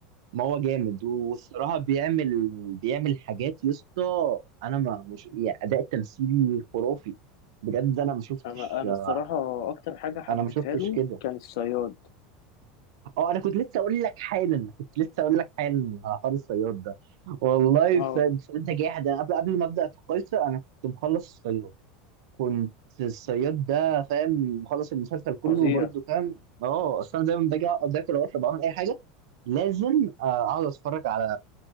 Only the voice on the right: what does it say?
ما هو جامد والصراحه بيعمل بيعمل حاجات يا اسطى انا ما مش يعني اداء تمثيلي خرافي بجد انا ما شفتش
آه،
انا ما شفتش
كده
اه انا كنت لسه اقول لك حالا كنت لسه اقول لك حالا على حوار الصياد ده والله
ف- فانت جاحد انا قبل قبل ما ابدا في قيصر انا كنت مخلص الصياد كنت الصياد ده فاهم مخلص المسلسل كله
وبرده فاهم اه اصل انا دايما باجي اقعد اكل او اشرب أو اعمل اي حاجه لازم آه، اقعد اتفرج على